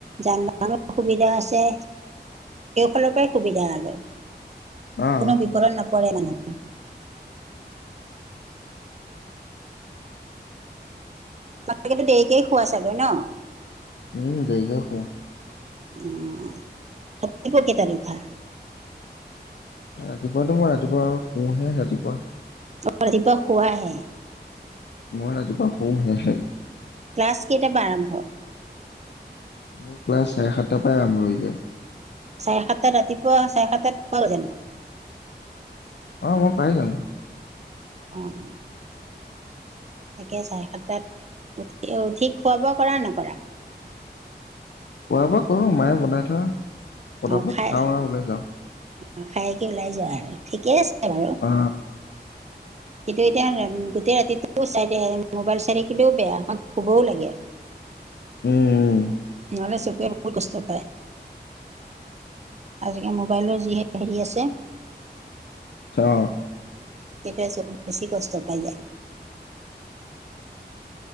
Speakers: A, on the right; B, on the left.
A: যান-বাহনৰ সুবিধা আছে, সেইফালৰ পৰাই সুবিধা আৰু।
B: অ
A: কোনো বিপদত নপৰে মানে। বাপেকেটো দেৰিকেই শুৱৈ ছাগে ন?
B: উমঁ, দেৰিকেই শু।
A: অঁহ', ৰাতিপুৱা কেইটাত উঠা?
B: ৰাতিপুৱাটো মই ৰাতিপুৱা আৰু শুহে ৰাতিপুৱা।
A: অ' ৰাতিপুৱা শুৱা হে?
B: মই ৰাতিপুৱা শু হে-হে।
A: ক্লাছ কেইট পৰা আৰম্ভ?
B: মোৰ ক্লাছ চাৰে-সাতটাৰ পৰাই আৰম্ভ হৈ যায়।
A: চাৰে সাতটাত ৰাতিপুৱা চাৰে সাতটাত পোৱা গৈ জানো?
B: অঁ', মই পাই যাওঁ গৈ।
A: অঁহ। ঠিকে আছে চাৰে সাতাত। উঠি খোৱা-বোৱা কৰা নে নকৰা?
B: খোৱা-বোৱা কৰো মায়ে বনাই থয়। পতাপত
A: অ', খাই,
B: খাওঁ আৰু ওলাই যাওঁ
A: অ', খাই কি ওলাই যোৱা আৰু ঠিকে আছে। <inaudible>
B: অ
A: কিন্তু এতিয়া গোটেই ৰাতিটো চাই মোবাইল চাই থাকিলেও বেয়া অকণ শুবও লাগে।
B: উমঁ-উমঁ।
A: নহ'লে চকুৱে বহুত কষ্ট পায়। আজিকালি মোবাইলৰ যি হে হেৰি আছে।
B: অঁহ।
A: তেতিয়া চকুত বেছি কষ্ট পাই যায়।